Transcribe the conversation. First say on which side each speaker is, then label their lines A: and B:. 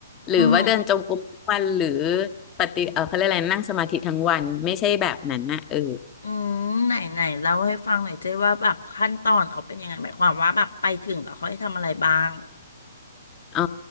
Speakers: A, on the left (about 25°); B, on the left (about 75°).
A: หรือว่าเดินจงกรมทั้งวันหรือ
B: อืม
A: ปฏิเออเขาเรียกอะไรนั่งสมาธิทั้งวันไม่ใช่แบบนั้นนะเออ
B: อืมไหนไหนเล่าให้ฟังหน่อยเจ้ว่าแบบขั้นตอนเขาเป็นยังไงหมายความว่าแบบไปถึงแล้วเขาให้ทำอะไรบ้าง
A: อ๋อ